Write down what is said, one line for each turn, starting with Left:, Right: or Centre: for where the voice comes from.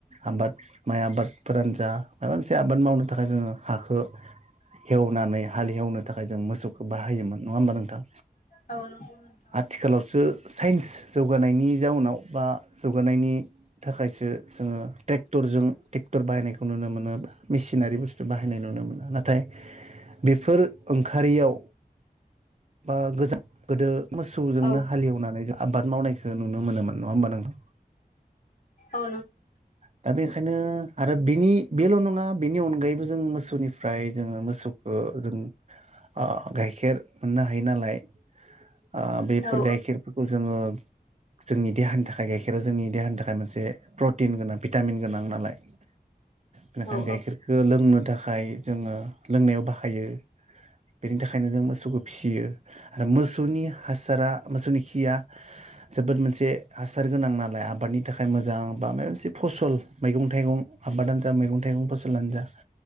Right: आबाद माइ आबादफोरानो जा माबा मोनसे आबाद मावनो थाखाय जोङो हाखो हेवनानै हालेवनो थाख खाय जों मोसौखो खौ बाहायोमोन नङा होमबा नोंथां
Left: औ नंगौ नोंथां
Right: आथिखालावसो साइन्स जौगानायनि जाउनाव बा जौगानायनि थाखायसो जोङो टेक्टरजों टेक्टर बाहायनायखौ नुनो मोनो मेसिनारि बुस्थु बाहायनाय नुनो मोनो नाथाय बेफोर ओं खारैयाव बा गोजाम गोदो मोसौजोंनो
Left: औ
Right: हालेवनानै जों आबाद मावनायखो नुनो मोनोमोन नङा होमबा नोंथां
Left: औ
Right: दा बेखायनो आरो बिनि बेल' नं बेनि अनगायैबो जों मोसौनिफ्राय जोङो मोसौखो जों आह गाइखेर ना हायो नालाय ओ बेफोर
Left: औ
Right: गाइखेरफोरखौ जोङो जोंनि देहानि थाखाय गाइखेरा जोंनि देहानि थाखाय मोनसे प्रटिन गोनां भिटामिन गोनां नालाय इनिखायनो
Left: औ
Right: गाइखेरखो लोंनो थाखाय जोङो लोंनायाव बाह हायो बेनि थाखायनो जों मोसौखो बियो मोसौनि हासारा मोसौनि खि खिया जोबोद मोनसे हासार गोनां नालाय आबादनि थाखाय मोजां बा मायबा मोनसे फसल मैगं थाइगं आबादानो जा मैगं थाइगं फसलानो जा